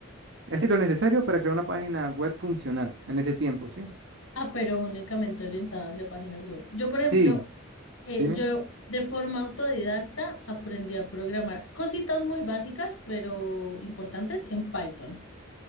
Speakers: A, on the right; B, on the left.
A: Es decir, lo necesario para crear una página web funcional en ese tiempo, ¿sí?
B: Ah, pero únicamente orientadas a páginas web. Yo, por ejemplo,
A: Sí,
B: eh,
A: dime.
B: yo de forma autodidacta aprendí a programar cositas muy básicas, pero importantes en Python.